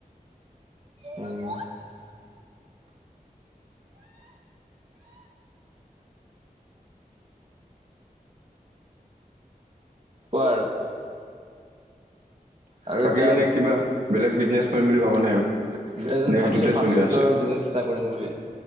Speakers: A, on the right; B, on the right.
A: উম। কোৱা আৰু। আৰু
B: বাকী
A: এতিয়া
B: এনে কিবা বেলেগ বিজনেচ কৰিম বুলি ভাবা নে আৰু?
A: <unintelligible>
B: নে
A: ভাবিছো
B: সেইটোতে
A: ফাষ্ট-ফুডৰ
B: চলি আছে
A: বিজনেছ এটা কৰিম বুলি।